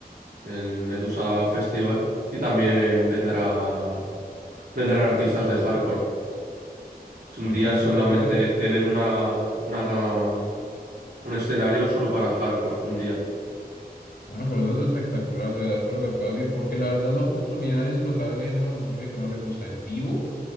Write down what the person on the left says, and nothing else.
Bueno,
eso
es, eso,
bueno, por eso es espectacular, de verdad, espero que puedas ir, porque la verdad la oportunidad de disfrutar del género de música que no le gusta en vivo.